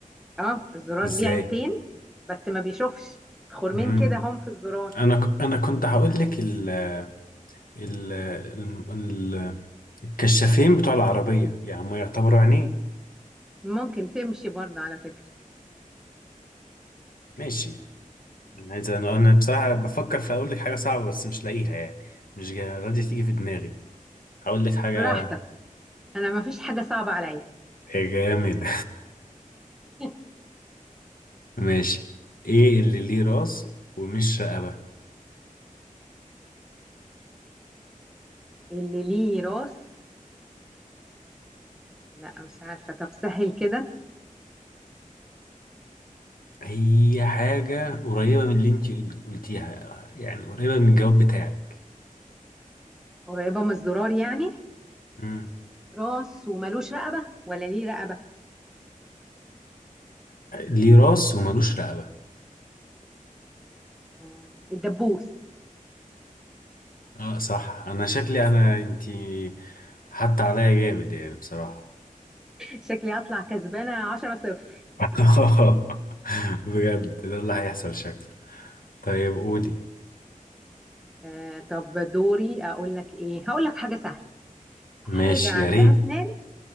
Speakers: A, in the centre; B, on the left.
A: اه الزرار
B: ازاي
A: ليه عينتين بس ما بيشوفش خرمين
B: مم.
A: كده هم في الزرار
B: انا ك... انا كنت هقول لك ال... ال... ال... ال... الكشافين بتوع العربيه يعني هم يعتبروا عينين
A: ممكن تمشي برضه على فكرة
B: ماشي انا عايز انا أنا بصراحه بفكر في اقول لك حاجه صعبه بس مش لاقيها يعني مش جا- راضيه تيجي في دماغي هقول لك حاجه
A: براحتك انا ما فيش حاجة صعبة عليا
B: يا جامد
A: <laughs>
B: <laughs> ماشي ايه اللي ليه راس ومش رقبه
A: اللي ليه راس لا مش عارفة طب سهل كده
B: هي حاجه قريبه من اللي انت قلتيها يعني قريبه من الجواب بتاعك
A: قريبة من الزرار يعني
B: امم
A: راس وملوش رقبة ولا ليه رقبة
B: ليه راس وملوش رقبه
A: آه، الدبوس
B: اه صح انا شكلي انا انت حتى عليا جامد يعني بصراحه
A: شكلي هطلع كسبانة عشرة صفر
B: <laughs> بجد ده اللي هيحصل شكله طيب قولي
A: آه، طب دوري أقول لك إيه هقول لك حاجة سهلة حاجة
B: ماشي
A: عندها
B: يا ريت
A: أسنان